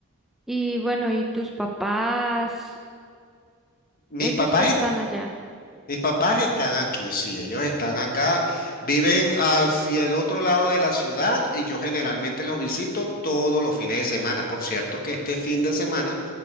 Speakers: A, in the centre; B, on the left (about 40°).
A: Y bueno, ¿y tus papás?
B: Mis
A: Ellos
B: papás
A: están allá.
B: Mis papás están aquí, sí, ellos están acá, viven hacia el otro lado de la ciudad y yo generalmente los visito todos los fines de semana. Por cierto que este fin de semana